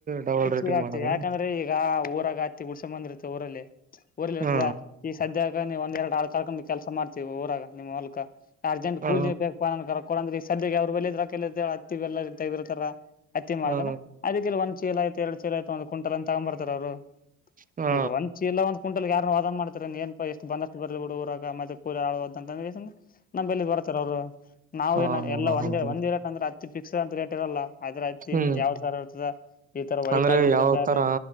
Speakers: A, on the right; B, on the left.
A: ಡಬಲ್
B: ಹೆಚ್ಗೆ
A: ರೇಟಿಂಗ್
B: ಆಗ್ತಿವ್
A: ಮಾಡದೇನ
B: ಯಾಕಂದ್ರೆ ಈಗ ಒ ಇವಾಗ್ ಹತ್ತಿ ಉಡ್ಸ ಬಂದಿರ್ತ್ತ ಊರಲ್ಲಿ. ಊರ್ಲ್ಲಿ ಇರ್ತದ
A: ಹಾ
B: ಈ ಸದ್ಯ ಈಗ ನೀವು ಒಂದೆರ್ಡು ಆಳಕ್ ಕರ್ಕೊಂಡು ಕೆಲ್ಸ ಮಾಡ್ತೀವ್ ಊರಾಗ ನಿಮ್ ಹೊಲ್ಕ. ಅರ್ಜೆಂಟ್
A: ಹಾ
B: ಕೂಲಿ ಬೇಕ್ಪ ನನ್ ಕೊಡಂದ್ರಿ ಸಾಧ್ಯ ಅವ್ರ ಬೆಲಿ ರೋಕ್ ಎಲಿದ್ ಹೇಳ್ ಹತ್ತಿವೆಲ್ಲ ಇರ್ತದ. ಹತ್ತಿ ಮಾಡ್ದಾನ
A: ಹಾ
B: ಅದಕ್ಕೆಲ್ಲ ಒಂದ್ ಚೀಲ ಆಯ್ತು ಎರ್ಡ್ ಚೀಲ ಆಯ್ತು ಒಂದು ಕುಂಟಲ್ ಅಂತ ತಗೊಂಡ್ ಬರ್ತರ ಅವ್ರು.
A: ಹಾ
B: ಈಗ ಒಂದ್ ಚೀಲ ಒಂದ್ ಕುಂಟಲ್ ಯಾರ ವಾದನ್ ಮಾಡ್ತೀರ ಏನ್ ಎಷ್ಟು ಬಂದಷ್ಟ್ ಬರ್ಲಿ ಬಿಡು ಊರಾಗ ಮತ್ತೆ ಕೂಲಿ ಆಳುವದ ಅಂತ ನಂಬಲ್ಲಿ ಬರ್ತರ ಅವ್ರು. ನಾವ್
A: ಹಾ
B: ಏನ ಎಲ್ಲ
A: ಹಾ
B: ಒಂದೇ
A: ಹೌದು
B: ಒಂದಿರ ಕಂದ್ರೆ ದಿ ಪಿಕ್ಸಡ್ ಅಂತ ರೇಟಿರಲ್ಲ. ಆದ್ರದ್
A: ಹ್ಮ್
B: ಇಂದ್ ಯಾವ್ ತರ ಇರ್ತದ. ಈ ತರ ವೈಟ್
A: ಅಂದ್ರೆ
B: ಆಗಿದ್ರರೆ
A: ಯಾವ
B: ಬ್ಯಾರೆ
A: ತರ